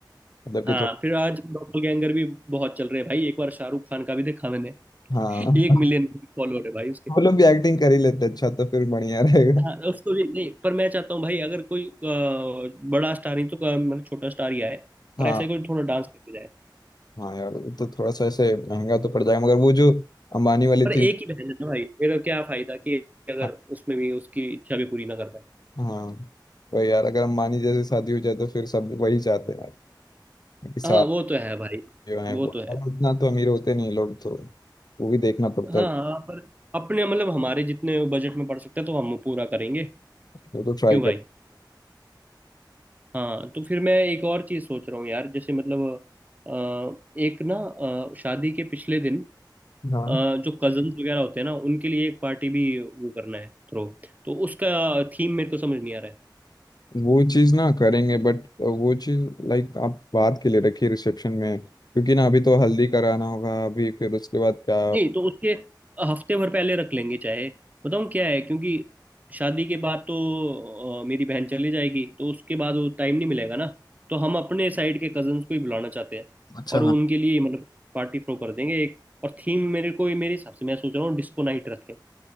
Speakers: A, on the left (about 60°); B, on the right (about 20°).
A: मतलब कि
B: हाँ
A: थोड़ा
B: फिर आज डबल गैंगर भी बहुत चल रहे हैं भाई एक बार शाहरुख खान का भी देखा मैंने
A: हाँ
B: एक
A: <laughs>
B: मिलियन फॉलोअर है भाई उसके
A: वो लोग भी एक्टिंग कर ही लेते हैं, अच्छा तो फिर बढ़िया रहेगा
B: हाँ उसको भी नहीं पर मैं चाहता हूँ भाई अगर कोई अ, बड़ा स्टार नहीं तो अ, मतलब छोटा स्टार ही आए पर
A: हाँ
B: ऐसा ही कोई थोड़ा डांस करके
A: हाँ यार वो तो थोड़ा सा ऐसे महंगा तो पड़ जाएगा मगर वो जो अंबानी वाली
B: पर एक
A: थी
B: ही बहन है ना भाई फिर क्या फायदा कि अगर
A: हाँ
B: उसमें भी उसकी इच्छा भी पूरी ना कर पाए
A: हाँ, वही यार अगर अंबानी जैसी शादी हो जाए तो फिर सब वही चाहते हैं यार कि साथ
B: हाँ वो तो है भाई
A: जो है
B: वो
A: वो
B: तो है
A: और उतना तो अमीर होते नहीं लोग तो वो भी देखना पड़ता
B: हाँ
A: है
B: हाँ, पर अपने मतलब हमारे जितने बजट में पड़ सकते हैं तो हम पूरा करेंगे
A: वो तो ट्राई
B: क्यों भाई
A: कर
B: हाँ तो फिर मैं एक और चीज़ सोच रहा हूँ यार जैसे मतलब अ, एक ना अ, शादी के पिछले दिन
A: हाँ
B: अ, जो कजन्स वगैरह होते हैं ना उनके लिए एक पार्टी भी वो करना है थ्रो तो उसका थीम मेरे को समझ नहीं आ रहा है
A: वो चीज ना करेंगे बट वो चीज लाइक आप बात के लिए रखिए रिसेप्शन में क्योंकि ना अभी तो हल्दी कराना होगा अभी फिर उसके बाद क्या
B: नहीं तो उसके हफ्ते भर पहले रख लेंगे चाहे बताऊँ क्या है क्योंकि शादी के बाद तो अ, मेरी बहन चली जाएगी तो उसके बाद वो टाइम नहीं मिलेगा ना तो हम अपने साइड के कजन्स को ही बुलाना चाहते हैं
A: अच्छा
B: और
A: हाँ
B: उनके लिए मतलब पार्टी थ्रो कर देंगे एक और थीम मेरे को मेरे हिसाब से मैं सोच रहा हूँ डिस्को नाइट रखें